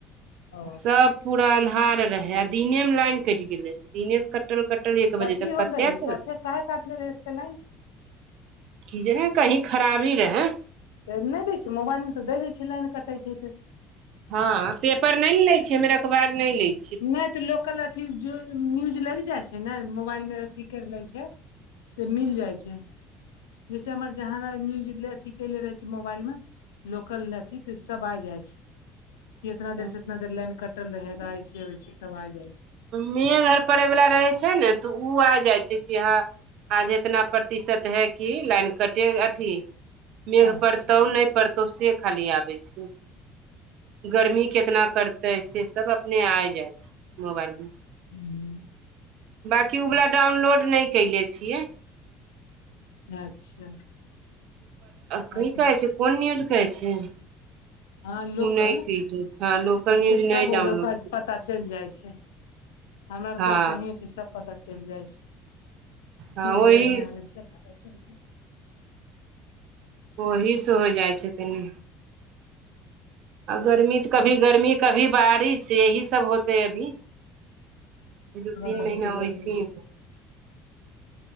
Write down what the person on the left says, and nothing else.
ओ
कथी
होल
रहे
कथे काहे काटले रहे एते लाइन
त नहि दै छै मोबाइल मे त दए दै छै लाइन कटै छै त
नहि त लोकल अथी जो न्यूज लग जाइ छै ने मोबाइल मे अथी कर ले छै
त मिल जाए छै जैसे हमर जहाना न्यूज ले अथी केले रहे छी मोबाइल मे लोकल लथी तऽ सब आइ जाइ छै कि इतना
देर से इतना देर लान कटल रहेगा ऐसे ऐसे कब आ जाइ छै
अच्छा
हूँ
अच्छा
ऐसे
हँ लोकल
ऐसे
सब
ओजौका
पता चैल जाइ छै हमरा और
के वैसे ही छै सब पता चैल जाय छै
की
हौले न हौले से पता चलते
हम्म
बहुत
गर्मी
छै